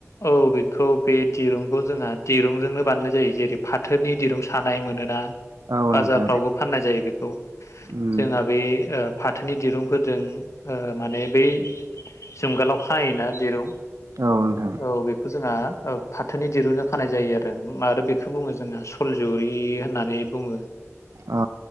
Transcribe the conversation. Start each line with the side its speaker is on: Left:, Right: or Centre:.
Left: औ बेखौ बे दिरुंखौ जोंहा दिरुंजोंनो बानायनाय जायो जेरै फाथोनि दिरुं सानाय मोनोना
Right: औ
Left: बाजारफ्रावबो
Right: नोंथां
Left: फाननाय जायो बेखौ
Right: उम
Left: जोंहा बे ओ फाथ थोनि दिरुंफोरजों ओ माने बै जुंगालाव खायोना दिरुं
Right: औ नोंथां
Left: औ बेखौ जोंहा ओ फाथोनि दिरुंजों खानाय जायो आरो। <unintelligible> बेखौ बुङो जोङो फुलजौरि होननानै बुङो।
Right: अ